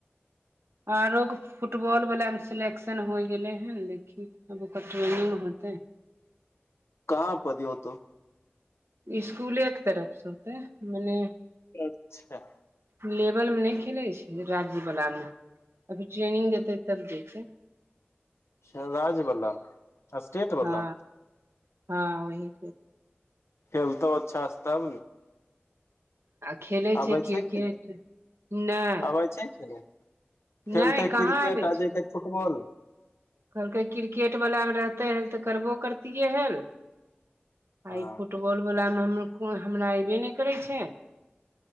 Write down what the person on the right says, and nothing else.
आरो क फुटबॉल वला मे सिलेक्श तन होइ गेलै हैन। देखी आब ओकर ट्रेनिंग होतै।
इस्कुलेके तरफसँ एतै मने
लेवल मे नै खेलै छै राजीव वलामे अभी ट्रेनिंग देतै तब देछै।
हँ
हँ ओही
आ खेलै
क्रिकेट
नहि
नहि कहाँ
आबै
छै
कहलकै क्रिकेट वला मे रहते हल तऽ करबो करतिये हल
आइ फूट फुटबॉलवलामे हम हमरा अयबे नै करै छै।